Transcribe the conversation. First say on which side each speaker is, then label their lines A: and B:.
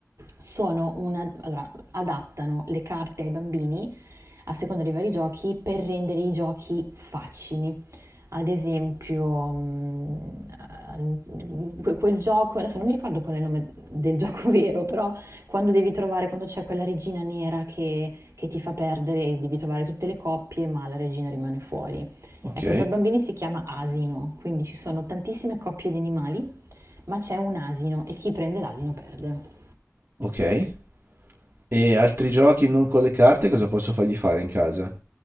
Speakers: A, on the right; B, on the right.
A: sono una, allora, adattano le carte ai bambini a seconda dei vari giochi per rendere i giochi facili. Ad esempio, mm, eh, que- quel gioco, adesso non mi ricordo qual è il nome del <laughs> gioco vero, però quando devi trovare, quando c'è quella regina nera che, che ti fa perdere, devi trovare tutte le coppie, ma la regina rimane fuori.
B: Ok,
A: Ecco, per bambini si chiama asino, quindi ci sono tantissime coppie di animali, ma c'è un asino e chi prende l'asino perde.
B: ok. E altri giochi non con le carte, cosa posso fargli fare in casa?